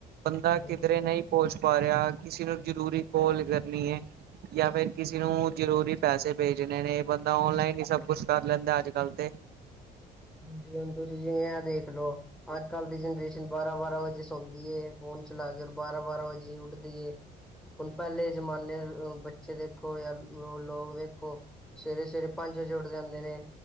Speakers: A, on the right; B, in the centre.
A: ਬੰਦਾ
B: ਹਾਂਜੀ,
A: ਕਿਧਰੇ ਨਹੀ ਪਹੁੰਚ ਪਾ ਰਿਹਾ, ਕਿਸੀ ਨੂੰ ਜਰੂਰੀ ਕਾੱਲ ਕਰਨੀ ਹੈ। ਜਾ ਫਿਰ ਕਿਸੇ ਨੂੰ ਜ਼ਰੂਰੀ ਪੈਸੇ ਭੇਜਣੇ ਨੇ ਬੰਦਾ ਆਨਲਾਈਨ ਹੀ ਸਭ ਕੁਛ ਕਰ ਲੈਦਾ ਅੱਜ ਕੱਲ ਤੇ,
B: ਹਾਂਜੀ, ਹੁਣ ਤੁਸੀਂ ਜਿਵੇਂ ਆ ਦੇਖ ਲੋ ਅੱਜ ਕੱਲ ਦੀ ਜਨਰੇਸ਼ਨ ਬਾਰਾਂ ਬਾਰਾਂ ਵਜੇ ਸ ਸੌਦੀ ਏ ਫੋਨ ਚਲਾ ਕੇ ਬਾਰਾਂ ਬਾਰਾਂ ਵਜੇ ਉੱਠਦੀ ਏ। ਹੁਣ ਪਹਿਲੇ ਜਮਾਨੇ, ਬੱਚੇ ਦੇਖੋ ਜਾਂ ਲੋਕ ਦੇਖੋ ਸਵੇਰੇ ਸਵੇਰੇ ਪੰਜ ਵਜੇ ਉੱਠ ਜਾਂਦੇ ਨੇ,